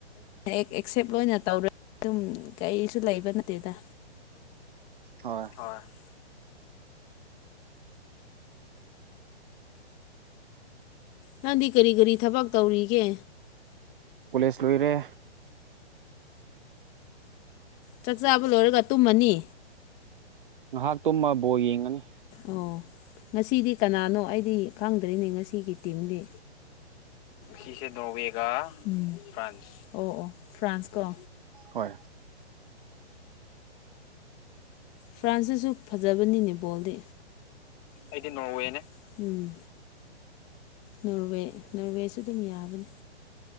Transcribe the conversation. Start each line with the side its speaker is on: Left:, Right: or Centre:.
Left: ꯑꯦꯛꯁꯦꯞ ꯂꯣꯏꯅ ꯇꯧꯔꯦ ꯑꯗꯨꯝ ꯀꯩꯁꯨ ꯂꯩꯕ ꯅꯠꯇꯦꯗ
Right: ꯍꯣꯏ
Left: ꯍꯣꯏ ꯅꯪꯗꯤ ꯀꯔꯤ ꯀꯔꯤ ꯊꯕꯛ ꯇꯧꯔꯤꯒꯦ
Right: ꯀꯣꯂꯦꯖ ꯂꯣꯏꯔꯦ
Left: ꯆꯥꯛ ꯆꯥꯕ ꯂꯣꯏꯔꯒ ꯇꯨꯝꯃꯅꯤ
Right: ꯉꯥꯏꯍꯥꯛ ꯇꯨꯝꯃ ꯕꯣꯜ ꯌꯦꯡꯉꯅꯤ
Left: ꯑꯣ ꯉꯁꯤꯗꯤ ꯀꯅꯥꯅꯣ ꯑꯩꯗꯤ ꯈꯪꯗ꯭ꯔꯤꯅꯦ ꯉꯁꯤꯒꯤ ꯇꯤꯝꯗꯤ ꯁꯤꯁꯦ ꯅꯣꯔꯋꯦꯒ ꯐ꯭ꯔꯥꯟꯁ ꯑꯣ ꯑꯣ ꯐ꯭ꯔꯥꯟꯁ ꯀꯣ
Right: ꯍꯣꯏ
Left: ꯐ꯭ꯔꯥꯟꯁꯇꯁꯨ ꯐꯖꯕꯅꯤꯅꯦ ꯕꯣꯜꯗꯤ ꯑꯩꯗꯤ ꯅꯣꯔꯋꯦꯅꯤ ꯎꯝ ꯅꯣꯔꯋꯦ ꯅꯣꯔꯋꯦꯁꯨ ꯑꯗꯨꯝ ꯌꯥꯕꯅꯤ